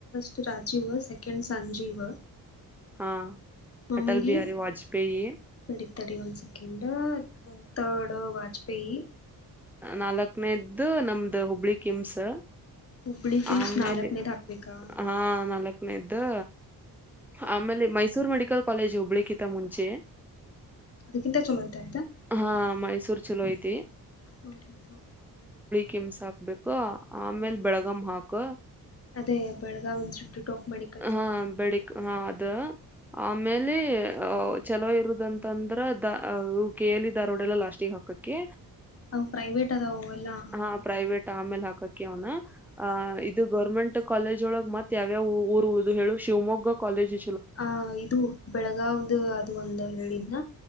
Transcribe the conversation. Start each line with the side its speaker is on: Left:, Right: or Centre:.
Left: ಟ್ ರಾಜೀವ್ ಸೆಕೆಂಡ್ ಸಂಜೀವ್
Centre: ಹಾ ಅಟಲ್
Left: ಆಮೇಲಿ
Centre: ಬಿಹಾರಿ ವಾಜಪೇಯಿ.
Left: ತಡಿ ತಡಿ ಒನ್ ಸೆಕೆಂಡ್ ತರ್ಡ್ ವಾಜಪೇಯಿ.
Centre: ನಾಲ್ಕನೇದು ನಮ್ದು ಹುಬ್ಬಳಿ ಕಿಮ್ಸ್.
Left: ಹುಬ್ಬಳಿ ಕಿಂಗ್ಸ್
Centre: ಆಮೇಲೆ
Left: ನಾಲ್ಕನೇದು ಹಾಕ್ಬೇಕಾ
Centre: ಹಾ ನಾಲ್ಕನೇದು ಆಮೇಲೆ ಮೈಸೂರ್ ಮೆಡಿಕಲ್ ಕಾಲೇಜು ಹುಬ್ಬಳಿಕಿತ ಮುಂಚೆ.
Left: ಅದ್ಕಿಂತ ಚಲೋ ಐತಾ ಇದು?
Centre: ಹಾ ಮೈಸೂರ್ ಚೂಲೋ ಐತಿ.
Left: ಹ್ಮ ಹ್ಮ ಹ್ಮ
Centre: ಕಿಮ್ಸ ಹಾಕ್ಬೇಕು ಆಮೇಲ್
Left: ಹ್ಮ್
Centre: ಬೆಳ್ಗಾಂ ಹಾಕು.
Left: ಅದೇ ಬೆಳಗಾವ್ ಆಫ್ ಮೆಡಿಕಲ್
Centre: ಹಾ
Left: ಸೈನ್ಸ್ ಅದ
Centre: ಬೆಳಕ್ ಹಾ ಅದ ಆಮೇಲೆ ಚಲೋ ಇರುದಂತಂದ್ರ ದ ಅ ಕಲಿ ದಾರೊಡೆಲ್ಲ ಲಾಸ್ಟಿಗೆ ಹಾಕ್ಕಕ್ಕೆ.
Left: ಅವು ಪ್ರೈವೇಟ್ ಅದಾವ್ ಎಲ್ಲಾ.
Centre: ಹಾ ಪ್ರೈವೇಟ್ ಆಮೇಲೆ ಹಾಕಕ್ಕೆ ಅವನ ಆ ಇದು ಗೌರ್ಮೆಂಟ್ ಟ್ಟು ಕಾಲೇಜ್ ಒಳಗೆ ಮತ್ತೆ ಯಾವ್ಯಾವ ಊರುದು ಹೇಳು ಶಿವಮೊಗ್ಗ ಕಾಲೇಜು
Left: ಆ ಇದು ಬೆಳಗಾವ್ದ ಅದು ಒಂದು ಹೇಳಿದ್ನ.